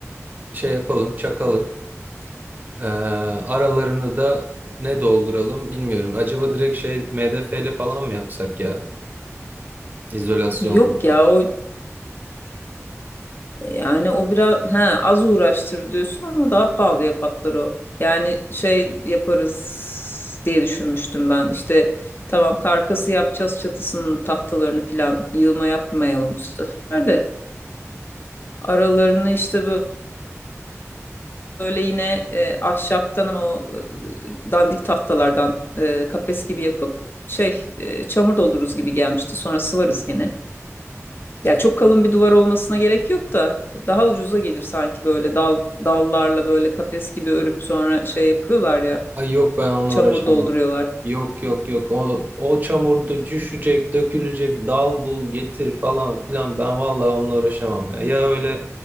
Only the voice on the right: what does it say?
şey yapalım, çakalım. Ee, aralarını da ne dolduralım bilmiyorum. Acaba direkt şey MDF ile falan mı yapsak ya? İzolasyonlu
Ay yok ben onunla
uğraşamam.
Yok yok yok. O, o çamurda düşecek, dökülecek, dal bul, getir falan filan. Ben vallahi onunla uğraşamam ya. Ya öyle